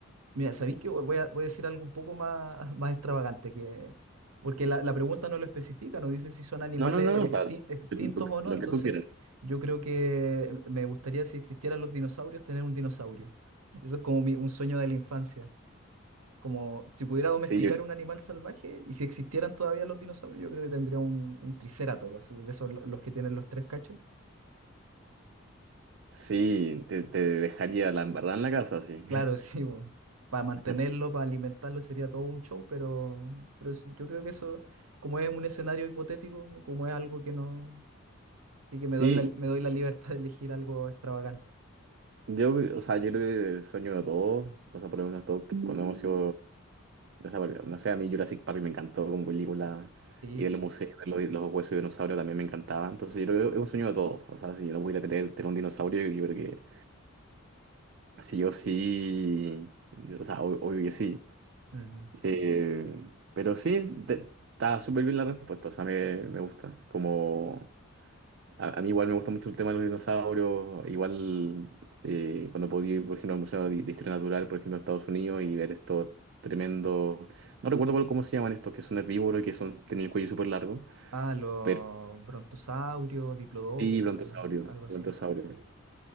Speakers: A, on the right; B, on the right.
A: Mira, ¿sabéis que voy a, voy a decir algo un poco más, <laughs> más extravagante? Que, porque la, la pregunta no lo especifica, no dice si son animales
B: No, no, no, no,
A: extin-
B: o sea,
A: extintos
B: lo que,
A: o no,
B: lo
A: entonces
B: que tú quieras.
A: yo creo que me gustaría si existieran los dinosaurios, tener un dinosaurio. <laughs> Eso es como mi- un sueño de la infancia. Como si pudiera domesticar
B: Sí, yo creo.
A: un animal salvaje y si existieran todavía los dinosaurios, yo creo que tendría un, un triceratops, así, de esos lo- los que tienen los tres cachos.
B: Sí, te, te dejaría la embarrada en la casa, sí.
A: Claro, <laughs> sí, Para mantenerlo,
B: <laughs>
A: para alimentarlo sería todo un show, pero, pero sí, yo creo que eso, como es un escenario hipotético, como es algo que no, sí que
B: Sí,
A: me doy la, me doy la libertad de elegir algo extravagante.
B: Yo, o sea, yo creo que sueño de todos, o sea, por lo menos todos que- cuando hemos sido, o sea, porque, no sé, a mí Jurassic Park me encantó como película
A: Sí,
B: y
A: pues.
B: el museo, los, los huesos de dinosaurio también me encantaba, entonces yo creo que es un sueño de todos, o sea, si yo no pudiera tener, tener un dinosaurio, yo creo que sí yo sí, o sea, ob- obvio que sí,
A: Ujú.
B: Eh, pero sí, te- está súper bien la respuesta, o sea, me, me gusta, como... A, a mí igual me gusta mucho el tema de los dinosaurios, igual eh, cuando podía ir, por ejemplo, al Museo de de Historia Natural, por ejemplo, a Estados Unidos y ver estos tremendos, no recuerdo cuál- cómo se llaman estos, que son herbívoros y que son, tienen el cuello súper largo,
A: Ah, los
B: pero
A: brontosaurios, diplodocus,
B: sí, brontosaurio,
A: algo, algo así.
B: brontosaurio,